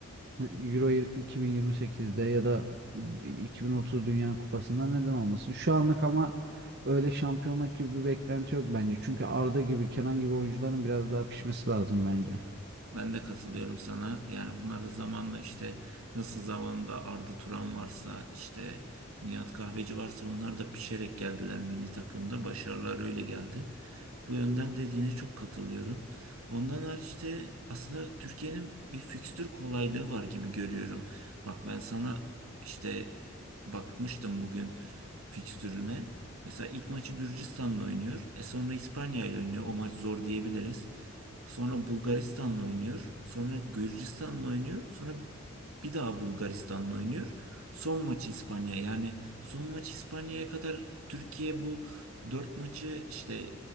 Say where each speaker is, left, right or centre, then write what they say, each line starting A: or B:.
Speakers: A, on the right; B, on the right.
A: Euro 2028'de ya da 2030 Dünya Kupası'nda neden olmasın? Şu anlık ama öyle şampiyonluk gibi bir beklenti yok bence. Çünkü Arda gibi, Kenan gibi oyuncuların biraz daha pişmesi lazım bence.
B: Ben de katılıyorum sana. Yani bunlar da zamanla işte nasıl zamanında Arda Turan varsa işte Nihat Kahveci varsa onlar da pişerek geldiler milli takımda. Başarılar öyle geldi. Bu yönden dediğine çok katılıyorum. Ondan hariç de aslında Türkiye'nin bir fikstür kolaylığı var gibi görüyorum. Bak ben sana işte bakmıştım bugün fikstürüne. Mesela ilk maçı Gürcistan'la oynuyor. E sonra İspanya ile oynuyor. O maç zor diyebiliriz. Sonra Bulgaristan'la oynuyor. Sonra Gürcistan'la oynuyor. Sonra bir daha Bulgaristan'la oynuyor. Son maçı İspanya. Yani son maç İspanya'ya kadar Türkiye bu 4 maçı işte